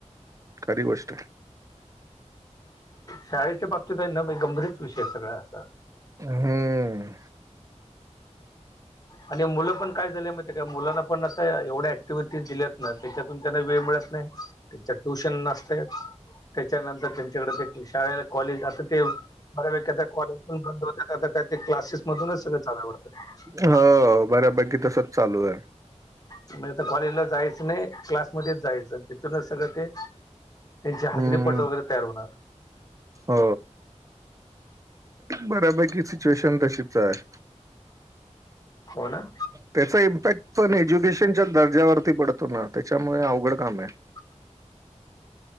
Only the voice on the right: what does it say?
खरी गोष्ट आहे.
हम हम
हो बऱ्यापैकी तसच चालू आहे.
हम्म.
हो बऱ्यापैकी सिच्युएशन तशीच आहे.
त्याचा इम्पॅक्ट पण एज्युकेशनच्या दर्जावरती पडतो ना त्याच्यामुळे अवघड काम आहे.